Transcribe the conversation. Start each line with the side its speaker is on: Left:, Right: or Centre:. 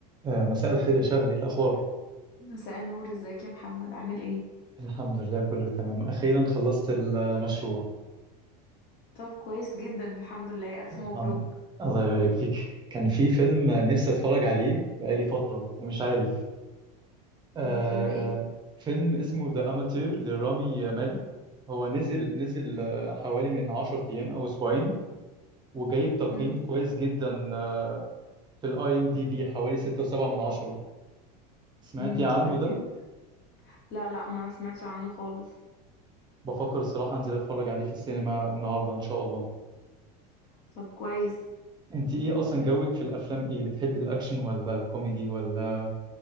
Right: آه، مساء الخير يا شهدي إيه الأخبار؟
Left: مساء النور ازيك يا محمد عامل ايه
Right: الحمد لله كله تمام أخيرا خلصت المشروع
Left: طب كويس جدا الحمد لله الف
Right: الحمد
Left: مبروك
Right: الله يبارك فيك كان في فيلم نفسي أتفرج عليه بقالي فترة ومش عارف آه،
Left: مم، فيلم ايه
Right: آه، فيلم اسمه ذا أماتير لرامي مالك هو نزل نزل آه، حوالي من 10 أيام أو أسبوعين وجايب تقييم
Left: امم
Right: كويس جدا آه، في الاي ام دي بي حوالي 6.7 من 10 سمعتي
Left: امم
Right: عنه
Left: كويس
Right: ده؟
Left: جدا لا لا ما سمعتش عنه خالص
Right: بفكر الصراحة أنزل أتفرج عليه في السينما النهاردة إن شاء الله
Left: طب كويس
Right: انت ايه اصلا جوك في الافلام ايه بتحبي الاكشن ولا الكوميدي ولا